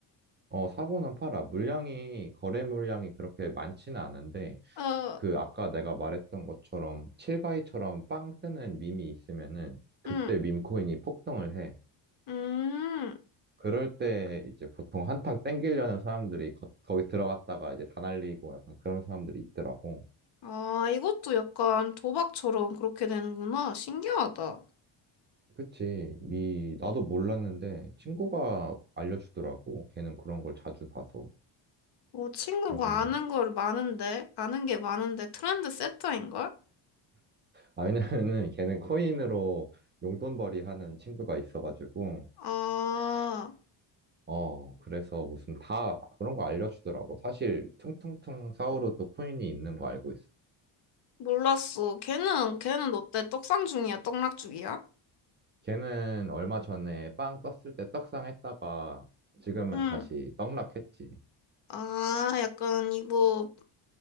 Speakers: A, on the right; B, on the left.
A: 어, 사고는 팔아. 물량이, 거래 물량이 그렇게 많지는 않은데,
B: 어,
A: 그 아까 내가 말했던 것처럼, 칠가이처럼 빵 뜨는 밈이 있으면은, 그때
B: 음,
A: 밈코인이 폭등을 해.
B: 음.
A: 그럴 때 이제 보통 한탕 땡기려는 사람들이 거, 거기 들어갔다가 이제 다 날리고 약간 그런 사람들이 있더라고.
B: 아, 이것도 약간 도박처럼 그렇게 되는구나. 신기하다.
A: 그치. 미, 나도 몰랐는데 친구가 알려주더라고. 걔는 그런 걸 자주 봐서
B: 뭐 친구가
A: 요즘에.
B: 아는 걸 많은데, 아는 게 많은데 트렌드 세터인걸?
A: 아, 왜냐면은 <laughs> 걔는 코인으로 용돈벌이 하는 친구가 있어가지고,
B: 아,
A: 어, 그래서 무슨 다 그런 거 알려주더라고. 사실 퉁퉁퉁 사오르도 코인이 있는 거 알고 있어.
B: 몰랐어. 걔는, 걔는 어때? 떡상 중이야? 떡락 중이야?
A: 걔는 얼마 전에 빵 떴을 때 떡상 했다가 지금은
B: 응.
A: 다시 떡락했지.
B: 아, 약간 이거